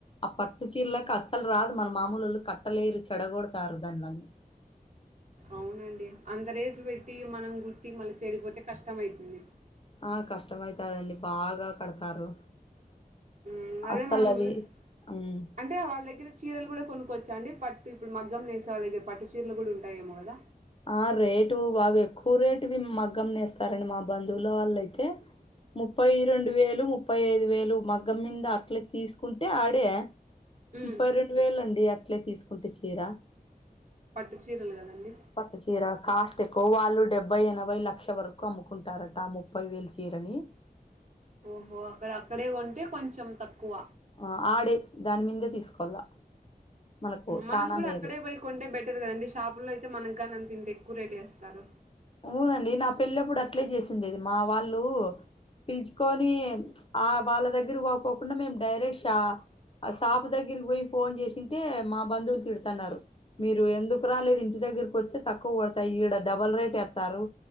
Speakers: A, on the left; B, on the right.
A: ఆ పట్టు చీరలకు అస్సలు రాదు మన మామూలోళ్ల కట్ కట్టలేరు చెడగొడతారు దానిలని
B: అవునండి అంత రేట్లు పెట్టి మనం గుట్టి మళ్ళీ చెడిపోతే కష్టం అయితుంది
A: ఆ కష్టమైతాదండి బాగా కడతారు
B: ఉమ్ అదే
A: అస్సలవి
B: మనం గీ అం
A: ఉమ్
B: అంటే వాళ్ళ దగ్గర చీరలు కూడా కొనుక్కోచ్చాంమండి పట్టు ఇప్పుడు మగ్గం నేసే వాళ్ళగ్గ పట్టు చీరలు కూడా ఉంటాయేమో కదా
A: ఆ రేటు బాగా ఎక్కువ రేటువి మగ్గమ్ నేస్తారండి మా బంధువుల వాళ్ళయితే ముప్పై రెండు వేలు ముప్పై ఐదు వేలు మగ్గం మింద అట్లే తీసుకుంటే ఆడే యా
B: మ్మ్
A: ముప్పై రెండు వేలండి అట్లే తీసుకుంటే చీర
B: పట్టు చీరలు కదండి
A: పట్టు చీర కాస్ట్ ఎక్కువ వాళ్ళు డెబ్బై ఎనభై లక్ష వరకు అమ్ముకుంటారట ఆ ముప్పై వేల చీరని
B: ఓహో అక్కడ అక్కడే కొంటే కొంచెం తక్కువ
A: ఆ ఆడే దాని మీందే తీసుకోవాల మనకు
B: మనం
A: చానా
B: కూడా
A: మేలు
B: అక్కడే పోయి కొంటే బెటర్ కదండి షాపుల్లో అయితే మనకు కానీ అంత ఇంత ఎక్కువ రేట్ ఏస్తారు
A: అవునండి నా పెళ్ళప్పుడు అట్లే చేసిందేది మా వాళ్ళు పిలుచుకొని ఆ వాళ్ళ దగ్గర పోకోకుండా మేము డైరెక్ట్ షా ఆ సాపు దగ్గరికి పోయి ఫోన్ చేసింటే మా బంధువులు తిడుతన్నారు మీరు ఎందుకు రాలేదు ఇంటి దగ్గరకి వత్తే తక్కువ పడతాయి ఈడ డబల్ రేట్ యాత్ తారు